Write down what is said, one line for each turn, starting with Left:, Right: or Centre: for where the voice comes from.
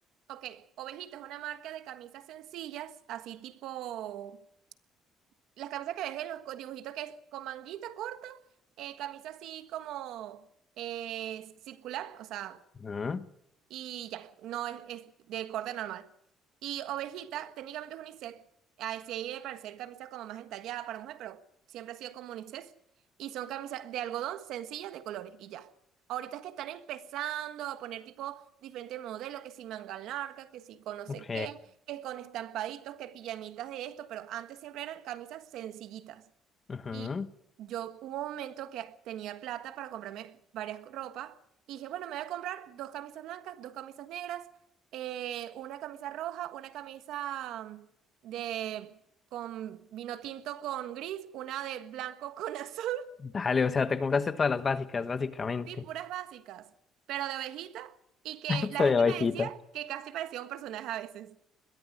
Right: Ok, Ovejita es una marca de camisas sencillas, así tipo. Las camisas que ves en los co- dibujitos que es con manguita corta, eh, camisa así como eh, circular, o sea,
Left: Ujú,
Right: y ya, no es, es de corte normal. Y ovejita, técnicamente es unisex, ahí sí hay de parecer camisas como más entallada para mujer, pero siempre ha sido como unisex. Y son camisas de algodón sencillas de colores y ya. Ahorita es que están empezando a poner tipo diferentes modelos, que si manga larga, que si con no sé
Left: Ok, ok.
Right: qué, que con estampaditos, que pijamitas de esto, pero antes siempre eran camisas sencillitas.
Left: Ujú.
Right: Y yo hubo un momento que tenía plata para comprarme varias ropas y dije, bueno, me voy a comprar dos camisas blancas, dos camisas negras, eh, una camisa roja, una camisa mm, de con vino tinto con gris, una de blanco con <laughs> azul,
Left: Dale, o sea, te compraste todas las básicas, básicamente.
Right: sí, puras básicas, pero de abejita y que
Left: <laughs>
Right: la
Left: Estoy
Right: gente
Left: bajita.
Right: me decía que casi parecía un personaje a veces.